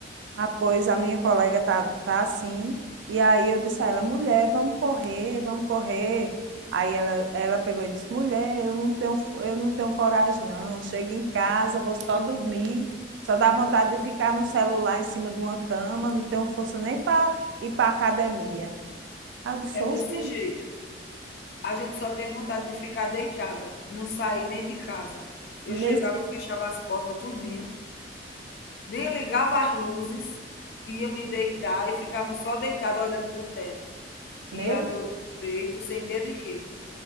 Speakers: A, on the right; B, on the left.
A: Ah, pois a minha colega tá, tá assim. E aí eu disse a ela, mulher, vamos correr, vamos correr. Aí ela, ela pegou e disse, mulher, eu não tenho, fo- eu não tenho coragem, não. Chego em casa, vou só dormir. Só dá vontade de ficar no celular em cima de uma cama, não tenho força nem para ir para academia. Aí eu disse,
B: É
A: oxe,
B: desse
A: mu-
B: jeito. A gente só tem vontade de ficar deitada, não sair nem de casa. Eu
A: nesse,
B: chegava, fechava as portas tudinho, desligava as luzes, ia me deitar e ficava só deitada olhando para o teto.
A: meu
B: E a dor no peito, sem ter de quê.